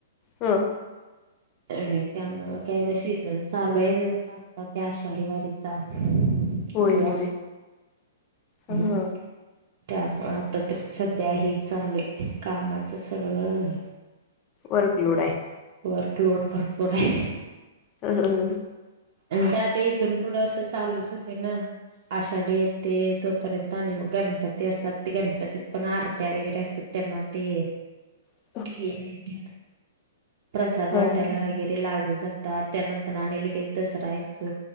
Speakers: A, on the left; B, on the right.
A: ह
B: आणि त्यामुळं काय म सीझन चालू आहे त्यांचा. त्या शनिवारीचा
A: होय
B: उपवास.
A: होय ह
B: हम्. त्यामुळ आता तर सध्याही चालू आहे कामाचं सगळं.
A: वर्क लोड आहे.
B: वर्कलोड भरपूर आहे.
A: हा हं ह.
B: आणि का आता इथून पुढं असं चालूच होते ना. आषाढी येते तोपर्यंत आणि मग गणपती असतात ते गणपतीत पण आरत्या वगैरे असतात त्यांना. ते.
A: हा <inaudible>
B: हे नाही प्रसाद
A: ह
B: वाटायला वगैरे. लाडू जातात त्यानंतर आणि लगेच दसरा येतो